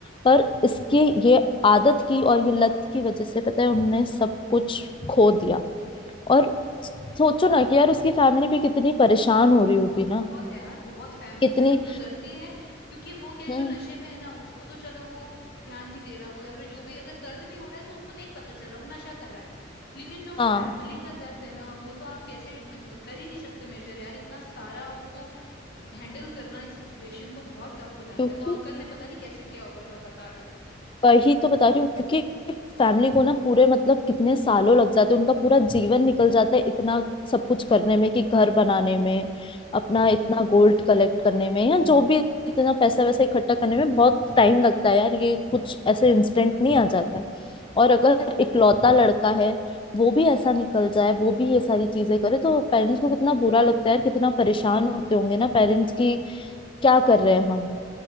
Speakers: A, on the left; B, on the left.
A: पर इसके ये आदत की और ये लत की वजह से पता है उनने सब कुछ खो दिया और सोचो ना कि यार उसकी फैमिली भी कितनी परेशान हो रही होगी ना
B: बहुत यार बहुत फैमिली
A: कितनी
B: पे जो गुजरती है क्योंकि वो क्या है
A: हम्म
B: जो नशे में है ना उसको तो चलो वो ध्यान नहीं दे रहा वो या फिर जो भी अगर दर्द भी हो रहा है तो उसको नहीं पता चल रहा वो नशा कर रहा है लेकिन जो फैमिली
A: हाँ
B: का दर्द है ना वो तो आप कैसे मे- कर ही नहीं सकते मेजर यार इतना सारा उसको हैंडल करना इस सिचुएशन को बहुत टफ हो जाता
A: क्योंकि
B: है वो अंकल ने पता नहीं कैसे किया होगा जो आप बता रहे हो
A: वही तो बता रही हूँ क्योंकि फैमिली को ना पूरे मतलब कितने सालों लग जाते हैं उनका पूरा जीवन निकल जाता है इतना सब कुछ करने में कि घर बनाने में
B: हम्म
A: अपना इतना गोल्ड कलेक्ट करने में या जो भी इतना पैसा वैसा इकट्ठा करने में बहुत टाइम लगता है यार ये कुछ ऐसे इंस्टेंट नहीं आ जाता है
B: नहीं
A: और अगर
B: नहीं
A: इकलौता लड़का है वो भी ऐसा निकल जाए वो भी ये सारी चीजें करे तो पेरेंट्स को कितना बुरा लगता है यार कितना परेशान होते होंगे ना पेरेंट्स की क्या कर रहे हैं हम